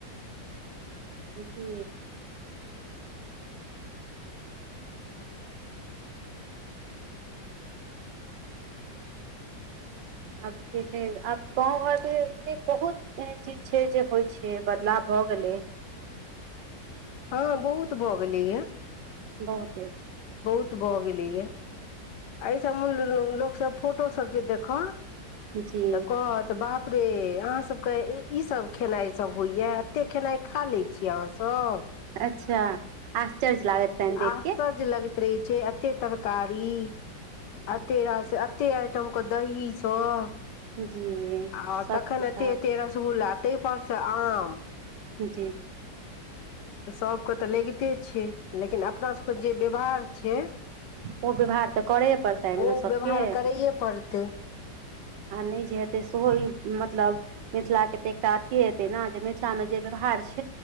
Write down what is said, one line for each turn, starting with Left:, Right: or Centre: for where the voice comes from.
Right: जी आब जे छै आब गाँव घरमे बहुत एन चीज छै जे होइ छै बदलाव भऽ गेलै
Left: हँ बहुत भऽ गेलैए
Right: बहुत एक
Left: बहुत भ गेलीय एहिसभ लोकसभ फोटोसभ जे देखत
Right: जी
Left: तऽ कहत बाप रे अहाँ सबके ई सब खेनाइ सब होइएा एते खेनाइ खा लै छी अहाँसभ
Right: अच्छा आश्चर्य लागत तहन देख
Left: आशचर्ज लगैत रहै छै अते तरकारी अते रास एते आइटम के दही सब
Right: के जी
Left: आ
Right: सब
Left: तखन
Right: किछ
Left: एते
Right: आब
Left: ते रसगुल्ला तेहि परस आम
Right: जी
Left: सभके तऽ लगिते छै लेकिन अपनासभके जे व्यवहार छै
Right: ओ व्यवहार तऽ करै पड़तै ने
Left: ओ
Right: सभके
Left: व्यवहार
Right: आ
Left: करैए पड़तै
Right: नहि जे हेतै सेहो ई मतलब मिथिला के तऽ एकटा अथीये हेतैय ने जे मिथिला मे जे व्यवहार छैय